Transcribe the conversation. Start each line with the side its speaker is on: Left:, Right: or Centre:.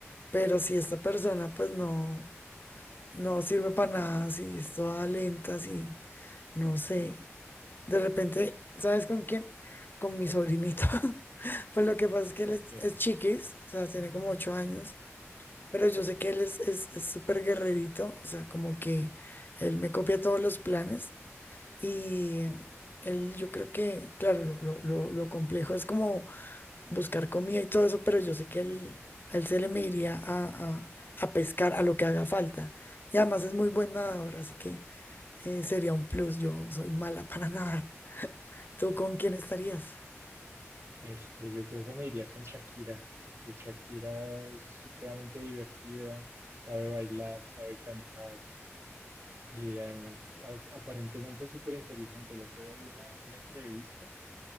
Left: pero si esta persona pues no, no sirve para nada, si es toda lenta, si, no sé. De repente, ¿sabes con quién? Con mi sobrinito. <laughs> Pues lo que pasa es que él
Right: Ok,
Left: es, es chiquis, o sea, tiene como ocho años, pero yo sé que él es, es, es súper guerrerito, o sea, como que él me copia todos los planes y él, yo creo que, claro, lo, lo, lo, lo complejo es como buscar comida y todo eso, pero yo sé que él, a él se le me iría a, a, a pescar a lo que haga falta. Y además es muy buen nadador, así que eh, sería un plus, yo soy mala para nadar. ¿Tú con quién estarías?
Right: este, yo creo que me iría con Shakira, porque Shakira es supremamente divertida, sabe bailar, sabe cantar y además a- aparentemente es súper inteligente. El otro día vi una, una entrevista